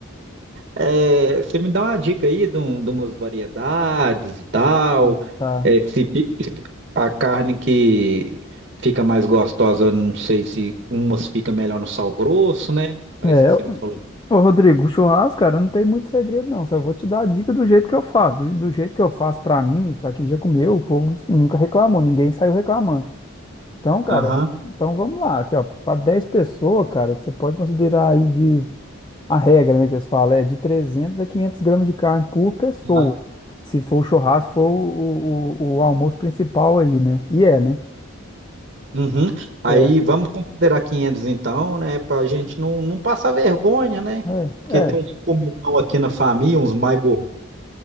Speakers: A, on the right; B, on the left.
A: É, você me dá uma dica aí de, um- de umas variedades e tal.
B: Ah, tá.
A: É, se, fi- se fi- a carne que fica mais gostosa, eu não sei se umas fica melhor no sal grosso, né? Parece
B: É,
A: que
B: eu-
A: você me falou.
B: ô, Rodrigo, o churrasco, cara, não tem muito segredo, não. Só vou te dar a dica do jeito que eu faço. Do, do jeito que eu faço pra mim, pra quem já comeu, o povo nunca reclamou, ninguém saiu reclamando. Então, cara,
A: Aham.
B: então vamos lá, aqui, ó, para 10 pessoas, cara, você pode considerar aí de a regra, né, que eles falam, é de 300 a 500 gramas de carne por pessoa.
A: Ah,
B: Se for o churrasco, for o, o, o almoço principal aí, né? E é, né?
A: Uhum. Aí
B: É,
A: vamos considerar 500 então, né? Pra gente não, não passar vergonha, né?
B: é,
A: Porque
B: é,
A: tem uns comilão aqui na família, uns mais gordos.